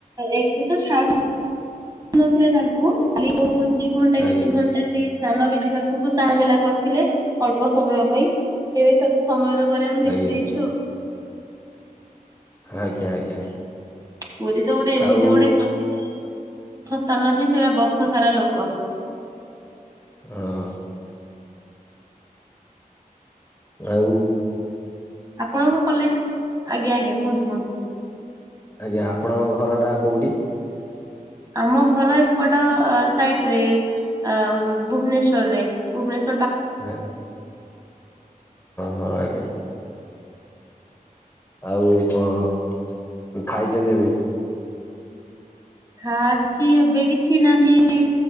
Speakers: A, on the right; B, on the left.
A: ଏକରେ ତ ଛାଡୁ ନଥିଲେ ତାଙ୍କୁ ଖାଲି ଯୋଉ ଦି ଘଣ୍ଟା
B: ଆଜ୍ଞା
A: କି ତିନି ଘଣ୍ଟା ସେଇ ସ୍ନାନ ବିଧି ପାଖକୁ ସା ମିଲା କରିଥିଲେ ଅଳପ ସମୟ ପାଇଁ ଏବେ ସ ସମୟ ତ କରେ ଆମେ ଦେଖିଦେଇଛୁ
B: ଆଜ୍ଞା
A: ଆଉ।
B: ଆଜ୍ଞା ଆଜ୍ଞା।
A: ପୁରୀ ତ ଗୋଟେ ଏମିତି
B: ଆଉ
A: ଗୋଟେ ପ୍ରସିଦ୍ଧ ଅର୍ ସ୍ଥାନ ଅଛି ସେଟା ବର୍ଷ ସାରା ଲୋକ
B: ହଁ। ଆଉ।
A: ଆପଣଙ୍କ କଲେଜ ଆଜ୍ଞା ଆଜ୍ଞା କୁହନ୍ତୁ କୁହନ୍ତୁ!
B: ଆଜ୍ଞା ଆପଣଙ୍କ ଘର ଟା କୋଉଠି?
A: ଆମ ଘର ଏପଟ ସାଇଡ ରେ ଭୁବନେଶ୍ୱରରେ ଭୁବନେଶ
B: ହଁ ହଁ ଆଜ୍ଞା। ଆଉ କଣ ଖାଇଛନ୍ତି ବି
A: ଖା ଆଖି ଏବେ କିଛି ନାହିଁ